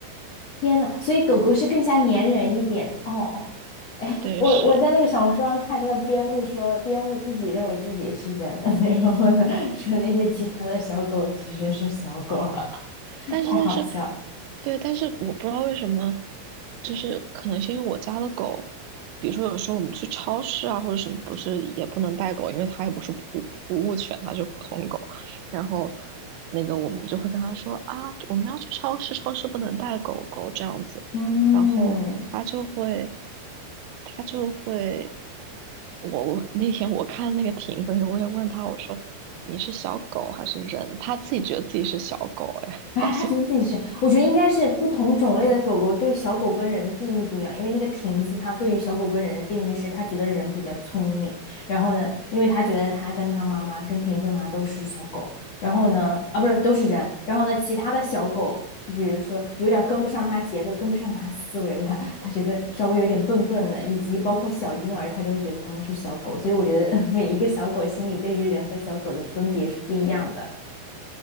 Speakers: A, on the left (about 55°); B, on the right (about 85°).
A: 天呐，所以狗狗是更加粘人一点的哦。哎，
B: 对，
A: 我我在那个小说上看那个边牧说，
B: 是。
A: 边牧自己认为自己是人，<laughs> 然后呢说那些其他的小狗其实是小狗，
B: 但是但是，
A: <laughs> 太好笑了。
B: 对，但是我不知道为什么，就是可能是因为我家的狗，比如说有时候我们去超市啊或者什么，不是也不能带狗，因为它也不是普服务犬，它就是普通狗。然后那个我们就会跟他说啊，我们要去超市，超市不能带狗狗这样子。
A: 嗯，
B: 然后他就会，他就会，我问那天我看那个亭子那个，我也问他，我说你是小狗还是人？他自己觉得自己是小狗，哎好像
A: 哎，他觉得自己是，我觉得应该是不同种类的狗狗对小狗跟人的定义不一样，因为那个亭子它对于小狗跟人的定义是，它觉得人比较聪明，然后呢，因为它觉得它跟它妈妈跟亭子妈都是小狗，然后呢，啊不是都是人，然后呢，其他的小狗就比如说有点跟不上它节奏，跟不上它思维的，它觉得稍微有点笨笨的，以及包括小婴儿，它都觉得它们是小狗，所以我觉得 <laughs> 每一个小狗心里对于人和小狗的分别是不一样的。